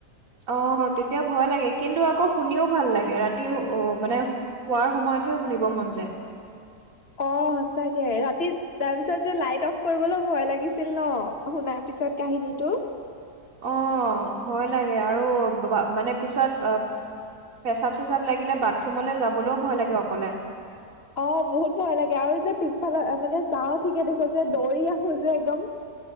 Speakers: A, on the right; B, on the left.
A: অ 'তেতিয়া ভয় লাগে কিন্তু আকৌ শুনিও ভাল লাগে ৰাতি অ মানে শোৱাৰ সময়ত। শুনিব মন যায়।
B: অ' সচাকে ৰাতি তাৰ পিছত যে লাইট অফ কৰিবলৈ ভয় লাগিছিল ন। শুনাৰ পিছত কাহিনী সেটো।
A: অ ভয় লাগে। আৰু মানে পিছত আহ পেচাব চেচাব লাগিলে বাথৰুূমলৈ যাবলৈও ভয় লাগে অকলে।
B: অ বহুত ভয় লাগে আৰু যে পিছফালে মানে যাও ঠিকে দিছ যে দৌৰি আহো যে একদম।